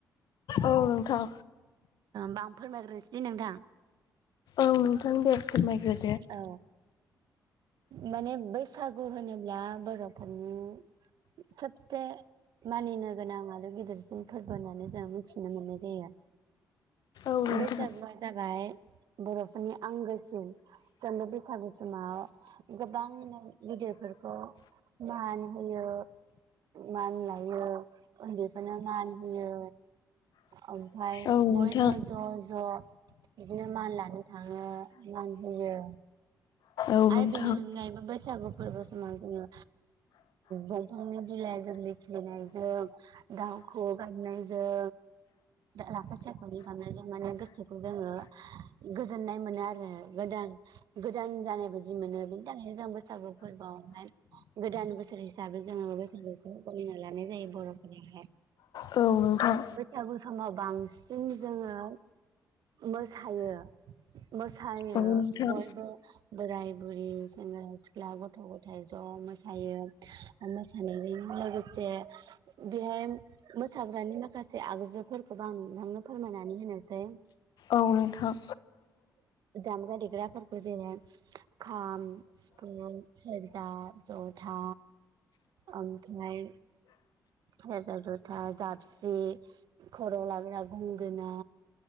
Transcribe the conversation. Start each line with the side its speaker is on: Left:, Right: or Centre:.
Left: औ नोंथां
Right: बा फोरमायग्रोनोसै दे नोंथां
Left: औ नोंथां दे फोरमायग्रो
Right: औ माने बैसागु होनोब्ला बरफोरनि सबसे मानिनो गोनां आरो गिदिरसिन फोरबो होननानै जों मिथिनो मोननाय जायो
Left: औ नोंथां
Right: बैसागुआ जाबाय बर'फोरनि आंगोसिन जों बे बैसागु समाव गोबां माने गिदिरफोरखौ मान होयो। मान लायो उन्दैफोरनो मान होयो ओमफ्राय
Left: औ नोंथां
Right: बयबो ज' ज' बिदिनो मान लानो थाङो मान होयो
Left: औ नोंथां
Right: आरो बिनि अनगायैबो बैसागु फोरबो समाव जोङो दंफांनि बिलाइ गोरलै खिलिनायजों दाउखौ गारनायजों लाफा सायख'नि गामनायजों माने गोसोखौ जोङो गोजोननाय मोनो आरो गोदान गोदान जानाय बायदि मोनो बेनि थाखायनो जों बैसागु फोरबोआवहाय गोदान बोसोर हिसाबै जोङो बैसागुखौ फलिना लानाय जायो बर'फोराहाय
Left: औ नोंथां
Right: बैसागु समाव बांसिन जोङो मोसायो। मोसायो
Left: औ नोंथां औ नोंथां
Right: बयबो बोराय बुरि सेंग्रा सिख्ला गथ गथायाइ ज मोसायो आरो मोसानायजों लोगोसे बेहाय मोसाग्रानि माखासे आगजुफोरखौबो आं नोंथांनो फोरमायनानै होनोसै
Left: औ नोंथां
Right: दामग्रा देग्राफोरखौ जोङो खाम सिफुं सेरजा जथा ओमफ्राय सेरजा जथा जाबस्रि खरआव लाग्रा गंगोना